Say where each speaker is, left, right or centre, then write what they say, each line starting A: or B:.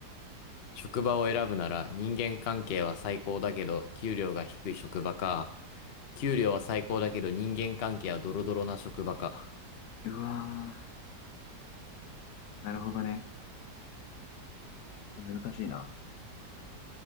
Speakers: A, on the left; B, on the left.
A: 職場を選ぶなら人間関係は最高だけど給料が低い職場か。給料は最高だけど人間関係はドロドロな職場か。
B: うわー、なるほどね。難しいな。